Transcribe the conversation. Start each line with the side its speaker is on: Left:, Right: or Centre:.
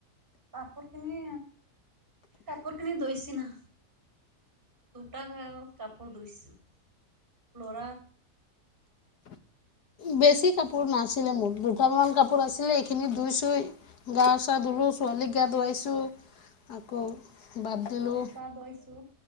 Right: কাপৰ খিনি। কাপৰখিনি দৈচিনা। দুটা কাপোৰ দুইছো লৰা।
Left: বেছি কাপোৰ নাছিলে মোৰ দুটামান কাপোৰ আছিলে এইখিনি দুুইছো গা চা ধুলো। ছোৱালীক গা ধুৱাইছো আকৌ। বাদ
Right: লৰা
Left: দিলোঁ
Right: গা ধুৱাইছো